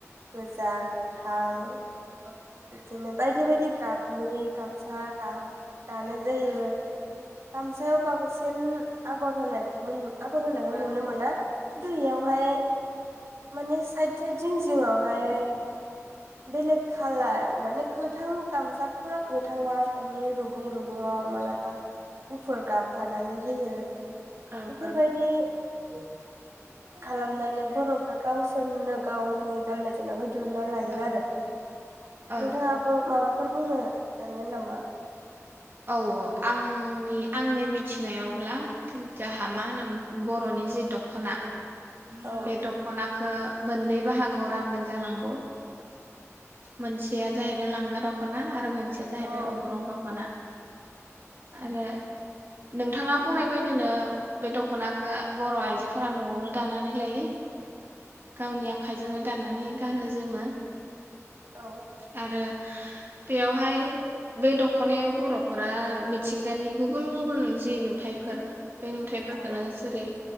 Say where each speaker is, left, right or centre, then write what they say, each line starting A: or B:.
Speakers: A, on the right; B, on the right.
A: गोजा, गोथां इदिनो बायदि बायदि गाबनि गामसा गा दानाय जायो गामसायाव बांसिन आगर होनायखौबो आगर होनायखौ नुनो मोन ना दैयावहाय माने साइद साइद जिं जिङावहाय बेलेग खालार माने गोथां गामसाफोरा गोथाङा बिनि रुगुं रुगुङाव मालाबा गुफुर गाब गानानै होयो।
B: औ
A: बेफोरबायदि
B: औ औ
A: खालामनानै बर' गावसोरनो गावनि गान्नाय जोमनायखौ दिहुन्नानै लायो
B: औ
A: आरो
B: ओ
A: नोंथाङाबो माबा फोर बुंनो सानगोन नामा?
B: औ आंनि आंनि मिथिनायावब्ला जोहा मा होनो बर'नि जि दखना
A: औ
B: बे दखनाखो मोन्नै बाहागोआव रानदों जानांगौ मोनसेया जाहैबाय लांगा दख खना आरो मोन मोनसेया जाहैबाय
A: औ
B: अग्रं दखना। आरो नोंथाङा बुंनाय बायदि नो बे दखनाखो बर' आइजोफोरा नआवनो दानानै लायो। गावनि आखाइजोंनो दाननानै गानो जोमो।
A: औ
B: आरो बेयावहाय बे दखनायाव बर'फ फोरा मिथिंगानि गुबुन गुबुन जि नुथाइफोर बे नुथाइफोरखोनो
A: औ
B: जेरै